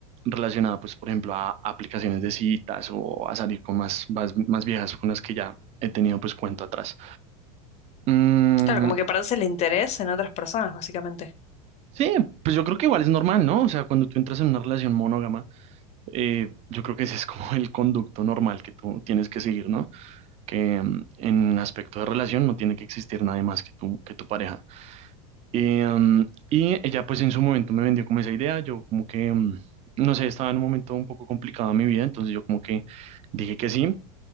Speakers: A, on the right; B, on the left.
A: relacionada, pues, por ejemplo, a aplicaciones de citas o a salir con más, más, más viejas con las que ya he tenido pues cuento atrás. Mm,
B: Claro, como que parece el interés en otras personas, básicamente.
A: sí, pues yo creo que igual es normal, ¿no? O sea, cuando tú entras en una relación monógama eh, yo creo que ese es como el conducto normal que tú tienes que seguir, ¿no? Que mm, en aspecto de relación no tiene que existir nadie más que tú, que tu pareja. Y, mm, y ella pues en su momento me vendió como esa idea, yo como que, mm, no sé, estaba en un momento un poco complicado en mi vida, entonces yo como que dije que sí,